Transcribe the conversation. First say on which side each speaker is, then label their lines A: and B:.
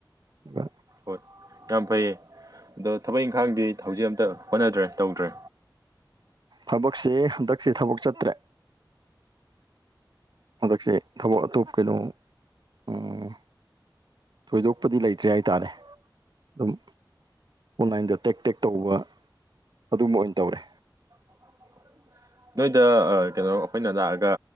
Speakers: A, on the right (about 65°); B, on the right (about 50°).
A: ꯑꯗꯨꯒ
B: ꯍꯣꯏ ꯌꯥꯝ ꯐꯩꯌꯦ ꯑꯗꯣ ꯊꯕꯛ ꯏꯪꯈꯥꯡꯗꯤ ꯍꯧꯖꯤꯛ ꯑꯝꯇ ꯍꯣꯠꯅꯗ꯭ꯔꯦ ꯇꯧꯗ꯭ꯔꯦ
A: ꯊꯕꯛꯁꯤ ꯍꯟꯗꯛꯁꯤ ꯊꯕꯛ ꯆꯠꯇ꯭ꯔꯦ ꯍꯟꯗꯛꯁꯦ ꯊꯕꯛ ꯑꯇꯣꯞ ꯀꯩꯅꯣ ꯎꯝ ꯊꯣꯏꯗꯣꯛꯄꯗꯤ ꯂꯩꯇ꯭ꯔꯦ ꯍꯥꯏꯇꯥꯔꯦ ꯑꯗꯨꯝ ꯑꯣꯟꯂꯥꯏꯟꯗ ꯇꯦꯛ ꯇꯦꯛ ꯇꯧꯕ ꯑꯗꯨꯝꯕ ꯑꯣꯏꯅ ꯇꯧꯔꯦ
B: <inaudible> ꯅꯣꯏꯗ ꯀꯩꯅꯣ ꯑꯩꯈꯣꯏꯅ ꯂꯥꯛꯑꯒ